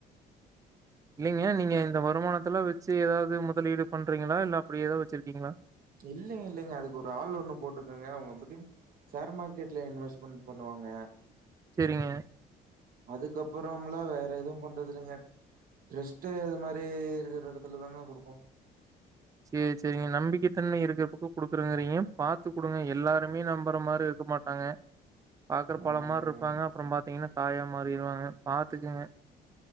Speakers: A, on the right; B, on the right.
A: இல்லீங்க நீங்க இந்த வருமானத்துல வெச்சு ஏதாவது முதலீடு பண்றீங்களா இல்ல அப்டி ஏதா வச்சிருக்கீங்களா
B: இல்லைங்க இல்லைங்க அதுக்கு ஒரு ஆள் ஒண்ணு போட்ருக்கங்க அவங்க புத்திம் ஷேர் மார்க்கெட்ல இன்வெஸ்ட்மெண்ட் பண்ணுவாங்க
A: சேரிங்க
B: அதுக்கப்புறம்லா வேற எதுவும் பண்றதுல்லங்க ரெஸ்ட்டு அது மாரி இருக்குற இடத்துலதாங்க குடுப்போ
A: சேர் சேரிங்க நம்பிக்கை தன்மை இருக்குற பக்கோ <unintelligible> பாத்து குடுங்க எல்லாருமே நம்புற மாரி இருக்க மாட்டாங்க பாக்குற பழ
B: ஆமாங்க
A: மார்ருப்பாங்க அப்புறம் பாத்தீங்கன்னா காயா மாரிருவாங்க பாத்துக்குங்க